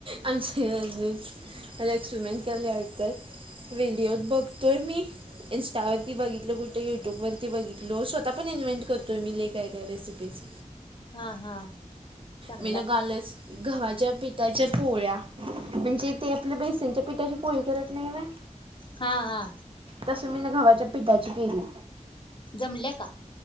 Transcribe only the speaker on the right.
आम मला एक्सपेरिमेंट कराला आटतात. व्हिडिओत बघतोय मी. इन्स्टावरती बघितल कुठे युट्यूबवरती बघितो, स्वतः पण इन्व्हेंट करतोय मी लै काय काय रेसिपीज.
मीन कालच गवा्हाच्या पिताच्या पोळ्या म्हणजे ते आपल्या बेसनच्या पिठाची पोळी करत नाही व्हय.
तस मीन घवाच्या पिठाची केली.